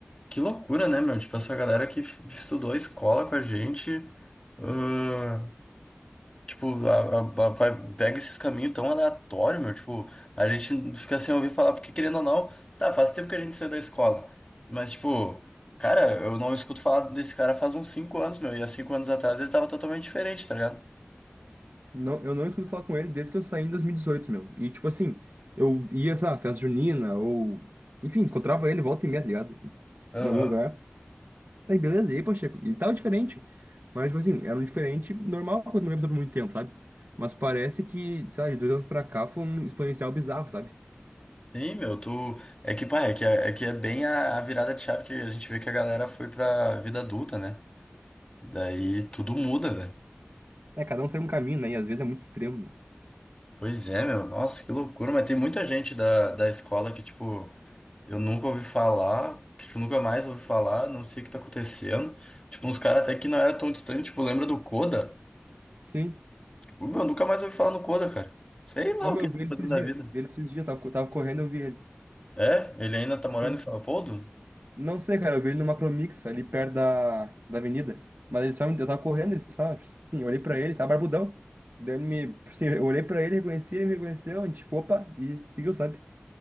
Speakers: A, on the left; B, on the right.
A: Que loucura, né, meu? Tipo, essa galera que f- estudou a escola com a gente, ah, tipo, a- a- a- vai- pega esses caminhos tão aleatórios, meu. Tipo, a gente fica sem ouvir falar, porque querendo ou não, tá, faz tempo que a gente saiu da escola. Mas, tipo, cara, eu não escuto falar desse cara faz uns 5 anos, meu. E há 5 anos atrás ele tava totalmente diferente, tá ligado?
B: Não, eu não escuto falar com ele desde que eu saí em 2018, meu. E, tipo assim, eu ia, sei lá, festa junina, ou... Enfim, encontrava ele volta e meia, tá ligado?
A: Aham.
B: Em algum lugar. Aí, beleza. E aí, Pacheco? Ele tava diferente. Mas, tipo assim, era um diferente normal quando não lembro por muito tempo, sabe? Mas parece que, sei lá, de dois anos pra cá foi um exponencial bizarro, sabe?
A: Sim, meu, tu. É que, pá, é que é, é que é bem a, a virada de chave que a gente vê que a galera foi pra vida adulta, né? Daí tudo muda, velho.
B: É, cada um segue um caminho, né? E às vezes é muito extremo, meu.
A: Pois é, meu. Nossa, que loucura. Mas tem muita gente da, da escola que, tipo, eu nunca ouvi falar, que, tipo, nunca mais ouvi falar, não sei o que tá acontecendo. Tipo, uns caras até que não era tão distante, tipo, lembra do Coda?
B: Sim.
A: Tipo, meu, nunca mais ouvi falar no Coda, cara. Sei lá
B: Como
A: o que
B: eu
A: ele
B: vi
A: tá
B: ele
A: fazendo
B: esses
A: da
B: dias.
A: vida.
B: Vi ele esses dias, tava, co- tava correndo, eu vi ele.
A: É? Ele ainda tá
B: Sim.
A: morando em São Leopoldo?
B: Não sei, cara, eu vi ele no Macromix, ali perto da, da avenida. Mas ele só, me- eu tava correndo, ele só, tipo assim, eu olhei pra ele, tava barbudão. Daí ele me, tipo assim, eu olhei pra ele, reconheci, ele me reconheceu, a gente, tipo, opa, e seguiu, sabe?